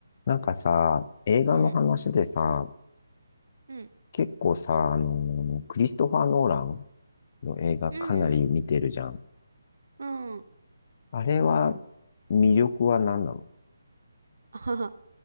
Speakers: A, on the left (about 35°); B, on the right (about 65°).
A: なんかさ、映画の話でさ、
B: うん、うん、
A: 結構さ、あのークリストファー・ノーランの映画かなり見てるじゃん。
B: うん、うん。
A: あれは、魅力は何なの
B: <laughs> あはは